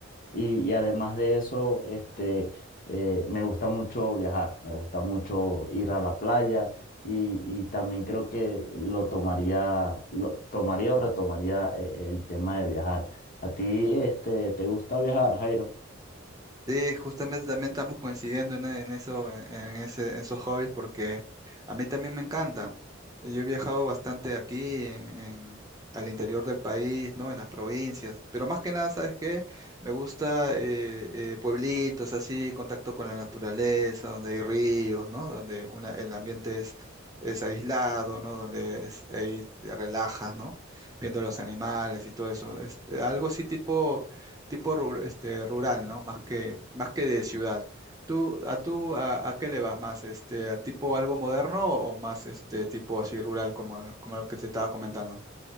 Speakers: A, on the left; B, on the right.
A: y, y además de eso, este, eh, me gusta mucho viajar, me gusta mucho ir a la playa y, y también creo que lo tomaría, lo tomaría o retomaría eh, el tema de viajar. ¿A ti, este, te gusta viajar, Jairo?
B: Sí, justamente también estamos coincidiendo en, en eso, en en ese, en esos hobbies, porque a mí también me encanta. Yo he viajado bastante aquí, en, en- al interior del país, ¿no? En las provincias, pero más que nada, ¿sabes qué? Me gusta eh, eh, pueblitos así, contacto con la naturaleza, donde hay ríos, ¿no? Donde una, el ambiente es, es aislado, ¿no? Donde es- ahí te relajas, ¿no? Viendo los animales y todo eso. Es, algo así tipo tipo ru- este, rural, ¿no? Más que, más que de ciudad. ¿Tú, a tú, a, a qué le vas más? Este, ¿a tipo algo moderno o más este tipo así rural como, como lo que te estaba comentando?